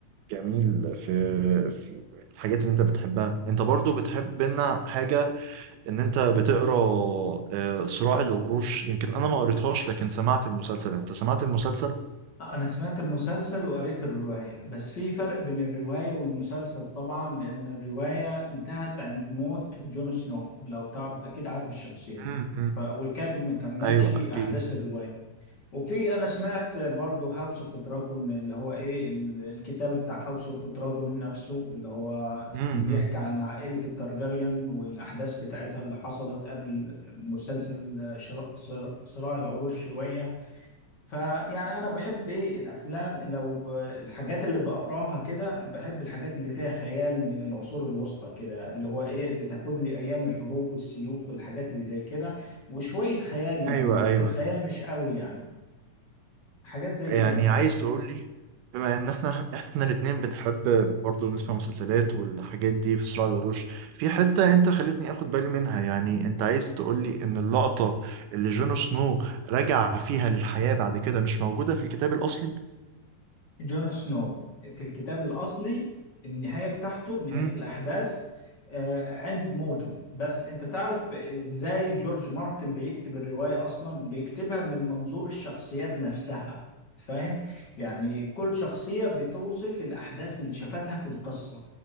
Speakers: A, on the right; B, on the left.
A: جميل في في الحاجات اللي أنت بتحبها أنت برضو بتحب لنا حاجة ان انت بتقرا آه، صراع العروش يمكن انا ما قريتهاش لكن سمعت المسلسل انت سمعت المسلسل
B: أنا سمعت المسلسل وقريت الرواية بس في فرق بين الرواية والمسلسل طبعا لأن الرواية انتهت عند موت جون سنو لو تعرف أكيد عارف الشخصية دي
A: امم
B: ف... والكاتب ما كملش
A: ايوه
B: أحداث
A: اكيد
B: الرواية وفي أنا سمعت برضو هاوس اوف دراجون اللي هو إيه ال- الكتاب بتاع هاوس اوف دراجون نفسه اللي هو
A: امم
B: اللي بيحكي عن عائلة التارجاريان والأحداث بتاعتها اللي حصلت قبل مسلسل شرا... صراع العروش شوية فيعني انا بحب ايه الافلام لو الحاجات اللي بقراها كده بحب الحاجات اللي فيها خيال من العصور الوسطى كده اللي هو ايه بتاخد لي ايام الحروب والسيوف والحاجات اللي زي كده وشوية خيال يعني
A: ايوه
B: بس
A: ايوه
B: الخيال مش قوي يعني حاجات زي
A: يعني
B: كده
A: عايز تقول لي بما ان احنا احنا الاثنين بنحب برضه نسمع مسلسلات والحاجات دي في صراع العروش في حته انت خلتني اخد بالي منها يعني انت عايز تقول لي ان اللقطه اللي جون سنو رجع فيها للحياه بعد كده مش موجوده في الكتاب الاصلي
B: جون سنو في الكتاب الأصلي النهاية بتاعته نهاية
A: امم
B: الأحداث آه، عند موته بس أنت تعرف إزاي جورج مارتن بيكتب الرواية أصلا بيكتبها من منظور الشخصيات نفسها فاهم يعني كل شخصية بتوصف الأحداث اللي شافتها في القصة